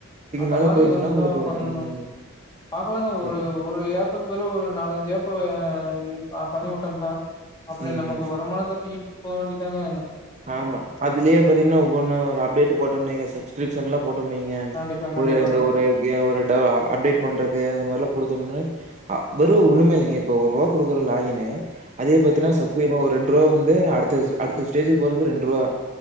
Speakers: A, on the left; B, on the right.
A: அந்த
B: மேல
A: மாரி
B: போயிருச்சுன்னா
A: ரி வந்தோ
B: உங்களுக்கு
A: பண்ணோம்
B: ம்,
A: பாக்கலாங்க ஒரு
B: ம்,
A: ஒரு ஏக்கறக்கு பதிலா ஒரு நாலஞ்சு ஜேப்ப ஆஹ் பண்ணி வுட்டோம்னா அப்டி
B: ம்.
A: நமக்கு வருமானம் தப்பிக்கிட்டு போ வேண்டிதாங்க
B: ஆமா அதுலயே பாத்தீங்கனா ஒவ்வொன்னு ஒரு அப்டேட் போட்டோம் வைங்க சச் கிரிப்ஷன்ல போட்டோம் வைங்க
A: கண்டிப்பா, கண்டிப்பாங்க.
B: ஒரு இந்த ஒரு இ ஒரு அ அப்டேட் பண்றது அது மாரிலா குடுத்தோம்னு அ வெறும் ஒண்ணுமே இல்லங்க இப்ப ஒரு ரூவா குடுக்குற லாகின்னு அதே பாத்திங்னா
A: சரிங்க.
B: சப்ஸ்கிரிபர் ஒரு ரெண் ருவா வந்து அடுத்தஸ் அடுத்த ஸ்டேஜுக்கு போறதுக்கு ரெண்டு ருவா